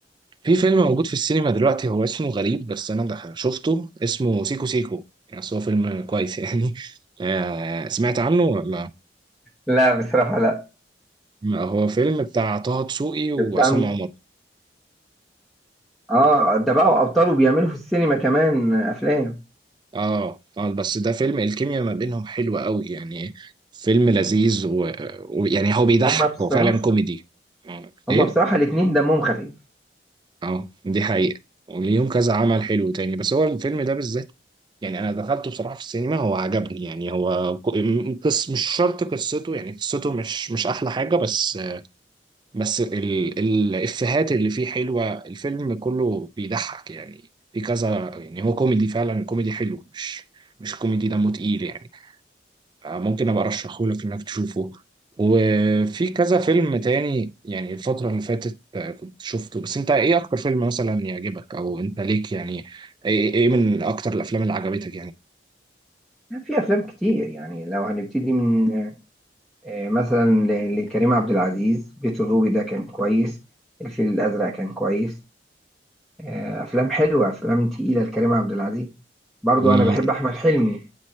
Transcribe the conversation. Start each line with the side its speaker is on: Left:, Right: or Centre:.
Right: في فيلم موجود في السينما دلوقتي هو اسمه غريب بس انا ده شفته اسمه سيكو سيكو يعني بس هو فيلم كويس يعني <laughs> آه، سمعت عنه ولا
Centre: لا بصراحة لا
Right: ما هو فيلم بتاع طه دسوقي وعصام
Centre: ده بتاع مين؟
Right: عمر
Centre: اه ده بقوا أبطاله بيعملوا في السينما كمان أفلام
Right: اه اه بس ده فيلم الكيمياء ما بينهم حلوة قوي يعني فيلم لذيذ و- ويعني هو بيضحك
Centre: هما بصراحة
Right: هو فعلا كوميدي آه،
Centre: هما
Right: ايه
Centre: بصراحة الاتنين دمهم خفيف
Right: اه دي حقيقة وليهم كذا عمل حلو تاني بس هو الفيلم ده بالذات يعني انا دخلته بصراحه في السينما هو عجبني يعني هو ق- م- قص مش شرط قصته يعني قصته مش مش احلى حاجه بس بس ال... الافيهات اللي فيه حلوه الفيلم كله بيضحك يعني في كذا يعني هو كوميدي فعلا كوميدي حلو مش مش كوميدي دمه تقيل يعني آه، ممكن ابقى ارشحه لك انك تشوفه وفي كذا فيلم تاني يعني الفترة اللي فاتت آه، كنت شفته بس انت ايه اكتر فيلم مثلا يعجبك او انت ليك يعني ايه إيه من اكتر الافلام اللي عجبتك
Centre: يعني في أفلام كتير يعني لو هنبتدي من آه، مثلا ل- لكريم عبد العزيز بيت الروبي ده كان كويس الفيل الأزرق كان كويس آه، افلام حلوه افلام تقيله لكريم عبد العزيز برضو
Right: يعني
Centre: انا بحب احمد حلمي